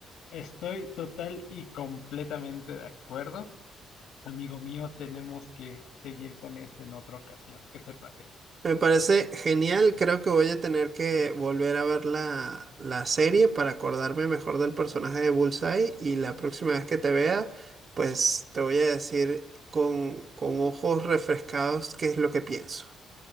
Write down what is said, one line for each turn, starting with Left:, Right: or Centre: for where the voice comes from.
Left: estoy total y completamente de acuerdo. Amigo mío, tenemos que seguir con este en otra ocasión. ¿Qué te parece?
Right: Me parece genial, creo que voy a tener que volver a ver la, la serie para acordarme mejor del personaje de Bullseye y la próxima vez que te vea, pues te voy a decir con, con ojos refrescados qué es lo que pienso.